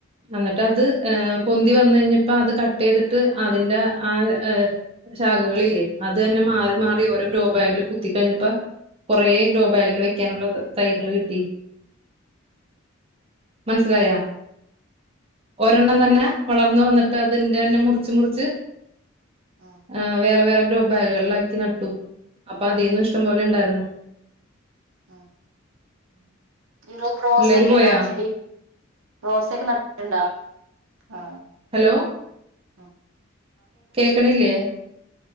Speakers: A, on the right (about 30°); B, on the right (about 75°).
A: അന്നിട്ട്
B: ഉവ്വ്
A: അത് ഏഹ് പൊന്തി വന്ന് കഴിഞ്ഞപ്പ അത് കട്ട്‌ ചെയ്തിട്ട് അതിന്റ ആ അ ശാഖകളില്ലേ അതന്നെ മാറി മാറി ഓരോ
B: ആഹ്
A: ഗ്രോ ബാഗില് കുത്തികഴിഞ്ഞപ്പ കൊറേ ഗ്രോ ബാഗില് വെക്കാനൊള്ള ത തൈകള് കിട്ടി മനസ്സിലായ ഒരെണ്ണം തന്നെ വളർന്ന്‌ വന്നിട്ട് അതിന്റെന്നെ മുറിച്ച് മുറിച്ച്
B: അതെ ആഹ്
A: അ വേറെ വേറെ ബാഗ്കളിലാക്കി നട്ടു അപ്പ അതീന്ന് ഇഷ്ട്ടം പോലെ എണ്ടാരുന്നു
B: അ റോ റോസേക്കേണ്ട
A: പിള്ളേര് പോയാ
B: ചെടി റോസേക്ക നട് എണ്ടാ ആ
A: ഹലോ
B: അ
A: കേക്കണില്ലേ